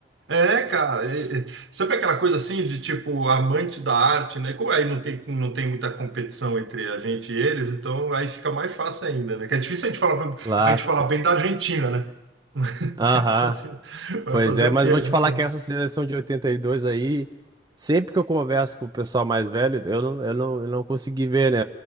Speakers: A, on the right; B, on the right.
A: é, cara, é- é- sabe aquela coisa assim de tipo amante da arte, né? Como aí não tem, não tem muita competição entre a gente e eles, então aí fica mais fácil ainda, né? Que é difícil a gente falar, pra-
B: claro.
A: a gente falar bem da Argentina, né? <laughs>
B: Aham,
A: Mas assim, vai
B: pois
A: fazer
B: é,
A: o
B: mas
A: quê,
B: vou
A: né,
B: te falar
A: cara?
B: que essa seleção de 82 aí, sempre que eu converso com o pessoal mais velho, eu não, eu não, eu não consegui ver, né?